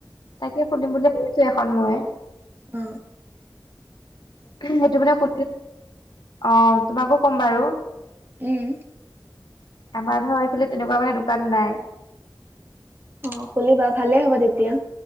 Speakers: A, on the left; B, on the right.
A: তাকে খুলিম বুলি ভাবিছো এখন মই
B: উ
A: সেইটো মানে ক অ তোমাকো কম বাৰু
B: উম
A: আমাৰ ধৰ এইফালে তেনেকুৱা মানে দোকান নাই
B: অ খলিবা ভালে হ'ব তেতিয়া